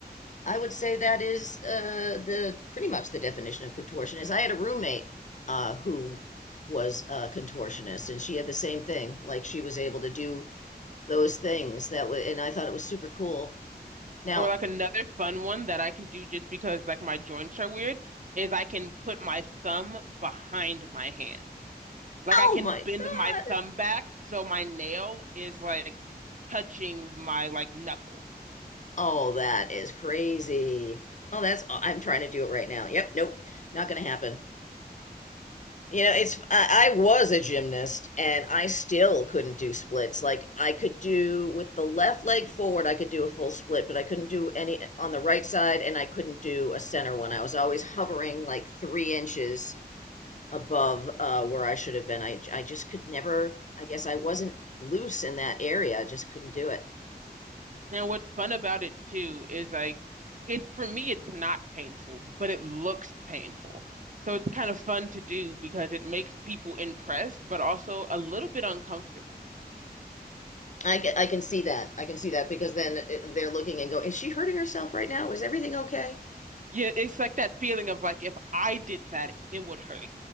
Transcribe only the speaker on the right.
Or like another fun one that I can do just because like my joints are weird is I can put my thumb behind my hand. Like
I can
bend
my thumb back so my nail is like touching my like knuckle.
And what's fun about it too is like it for me it's not painful, but it looks painful. So it's kind of fun to do because it makes people impressed, but also a little bit uncomfortable.
Yeah, it's like that feeling of like if I did that, it would hurt.